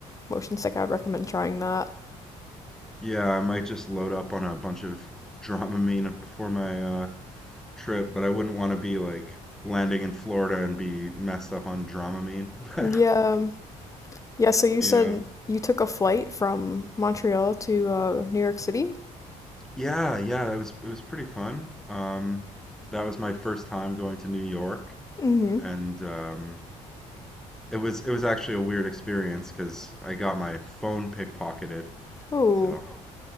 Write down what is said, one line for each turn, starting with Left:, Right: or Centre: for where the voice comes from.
Left: motion sick, I would recommend trying that.
Centre: Yeah, I might just load up on a bunch of <laughs> Dramamine before my uh, trip, but I wouldn't want to be like landing in Florida and be messed up on Dramamine.
Left: <laughs>
Centre: <laughs> But
Left: yeah. um, Yeah, so you
Centre: yeah,
Left: said you took a flight from Montreal to uh, New York City?
Centre: yeah, yeah. It was it was pretty fun. Um, that was my first time going to New York,
Left: Mm-hmm.
Centre: and um, it was it was actually a weird experience because I got my phone pickpocketed.
Left: Oh,
Centre: So